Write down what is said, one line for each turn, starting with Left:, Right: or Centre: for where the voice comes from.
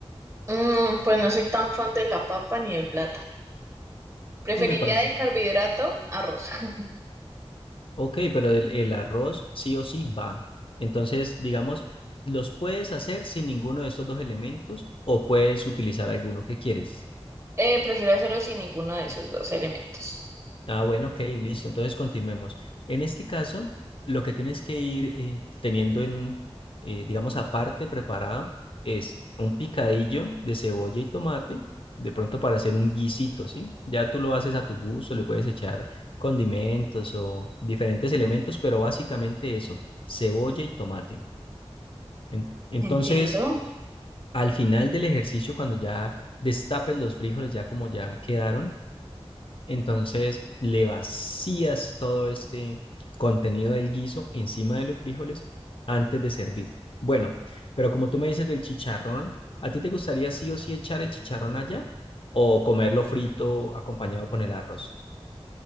Right: Mm, pues no soy tan fan de la papa ni del plátano. Preferiría
Left: Me parece.
Right: de carbohidrato arroz. <laughs>
Left: Ok, pero el, el arroz sí o sí va. Entonces, digamos, los puedes hacer sin ninguno de estos dos elementos o puedes utilizar alguno que quieres.
Right: Eh, prefiero hacerlo sin ninguno de esos dos elementos.
Left: Ah, bueno, ok, listo. Entonces continuemos. En este caso, lo que tienes que ir eh, teniendo en, eh, digamos, aparte preparado es un picadillo de cebolla y tomate, de pronto para hacer un guisito, ¿sí? Ya tú lo haces a tu gusto, le puedes echar condimentos o diferentes elementos, pero básicamente eso, cebolla y tomate. En- entonces,
Right: Entiendo.
Left: al final del ejercicio, cuando ya destapes los frijoles, ya como ya quedaron, entonces le vacías todo este contenido del guiso encima de los frijoles antes de servir. Bueno, pero como tú me dices del chicharrón, ¿a ti te gustaría sí o sí echar el chicharrón allá o comerlo frito acompañado con el arroz?